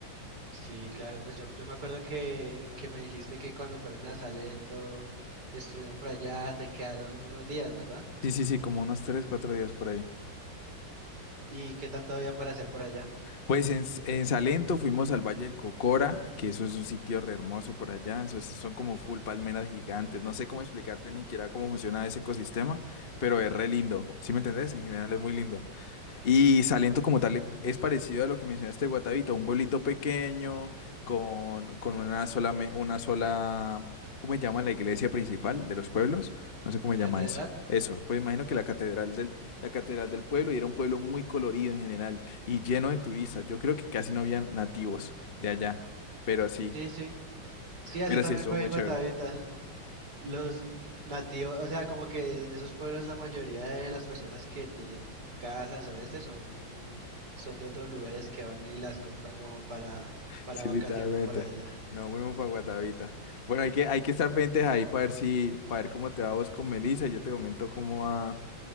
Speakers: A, on the right; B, on the left.
A: Sí, claro, pues yo, yo me acuerdo que, que me dijiste que cuando fueron a Salento estuvieron por allá, se quedaron unos días, ¿verdad?
B: Sí, sí, sí, como unos 3, 4 días por ahí.
A: ¿Y qué tanto había para hacer por allá?
B: Pues en, S- en Salento fuimos al Valle del Cocora, que eso es un sitio re hermoso por allá. Eso es- son como full palmeras gigantes. No sé cómo explicarte ni siquiera cómo funciona ese ecosistema, pero es re lindo. ¿Sí me entendés? En general es muy lindo. Y Salento como tal es parecido a lo que mencionaste de Guatavita, un pueblito pequeño con, con una sola, me- una sola, ¿cómo se llama la iglesia principal de los pueblos? No sé cómo se llama
A: ¿Catedral?
B: eso. Eso, pues
A: ¿no?
B: imagino que la catedral del, la catedral del pueblo y era un pueblo muy colorido en general y lleno de turistas. Yo creo que casi no habían nativos de allá, pero sí,
A: Sí, sí. Sí, así
B: pero
A: también
B: sí estuvo
A: fue
B: muy
A: en Guatavita.
B: chévere.
A: Los n- nativos, o sea, como que en esos pueblos la mayoría de las personas que tienen casas o este son, son de otros lugares que van y las compran como para, para
B: Sí,
A: vacacionar
B: literalmente.
A: por allá.
B: Nos fuimos para Guatavita. Bueno, hay que, hay que estar pendientes ahí para ver si, para ver cómo te va vos con Melissa. y Yo te comento cómo va,